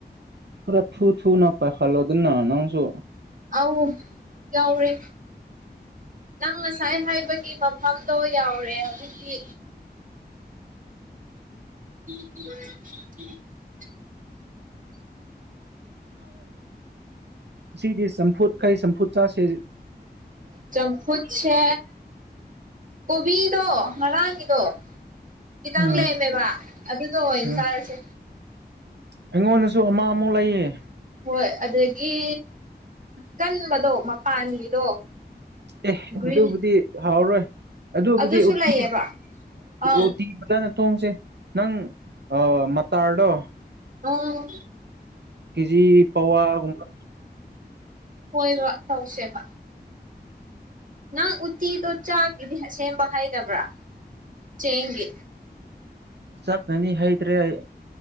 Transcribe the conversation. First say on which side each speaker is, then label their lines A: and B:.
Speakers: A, on the right (about 80°); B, on the right (about 50°).
A: ꯈꯔ ꯊꯨ ꯊꯨ ꯅ ꯄꯥꯏ ꯄꯥꯢꯍꯥꯜꯂꯣꯗꯅ ꯅꯪꯁꯨ
B: ꯑꯥꯎ ꯌꯥꯎꯔꯦ ꯅꯪ ꯉꯁꯥꯏ ꯍꯥꯏꯕꯒꯤ ꯃꯐꯝꯗꯣ ꯌꯥꯎꯔꯦ ꯍꯧꯖꯤꯛꯇꯤ ꯎ <inaudible>
A: ꯁꯤꯗꯤ ꯆꯥꯝꯐꯨꯠ ꯀꯩ ꯆꯥꯝꯐꯨꯠ ꯆꯥꯁꯦ
B: ꯆꯝꯐꯨꯠꯁꯦ ꯀꯣꯕꯤꯗꯣ ꯉꯔꯥꯡꯒꯤꯗꯣ ꯈꯤꯇꯪ
A: ꯎꯝ
B: ꯂꯩꯔꯝꯃꯦꯕ ꯑꯗꯨꯗꯣ ꯑꯣꯏꯅ
A: ꯎꯝ
B: ꯆꯥꯔꯁꯦ
A: ꯑꯩꯉꯣꯟꯗꯁꯨ ꯑꯃ ꯑꯃꯨꯛ ꯂꯩꯌꯦ
B: ꯍꯣꯏ ꯑꯗꯒꯤ ꯀꯟꯕꯗꯣ ꯃꯄꯥꯟꯒꯤꯗꯣ
A: ꯑꯦ
B: ꯒ꯭ꯔꯤꯟ
A: ꯑꯗꯨꯕꯨꯗꯤ ꯍꯥꯎꯔꯣꯏ ꯑꯗꯨꯕꯨꯗꯤ
B: ꯑꯗꯨꯁꯨ
A: ꯎꯇꯤ
B: ꯂꯩꯌꯦꯕ ꯑꯥꯎ
A: ꯎꯇꯤ ꯐꯖꯅ ꯊꯣꯡꯁꯦ ꯅꯪ ꯃꯇꯥꯔꯗꯣ
B: ꯎꯝ꯫
A: ꯀꯦꯖꯤ ꯄꯋꯥꯒꯨꯝꯕ꯫
B: ꯍꯣꯏꯕ ꯇꯧꯁꯦꯕ꯫ ꯅꯪ ꯎꯇꯤꯗꯣ ꯆꯥꯒꯦꯗꯤ ꯁꯦꯝꯕ ꯍꯩꯗꯕ꯭ꯔꯥ ꯆꯦꯡꯒꯤ꯫
A: ꯆꯠꯂꯅꯤ ꯍꯩꯇ꯭ꯔꯦ ꯑꯩ꯫